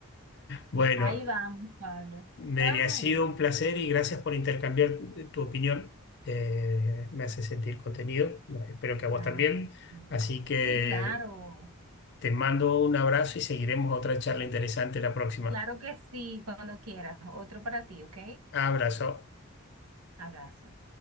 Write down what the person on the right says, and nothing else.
Ahí vamos, Pablo.
Ay,
bueno.
Ah,
sí,
Sí, claro.
Claro que sí, cuando quieras. Otro para ti, ¿ok?
Abrazo.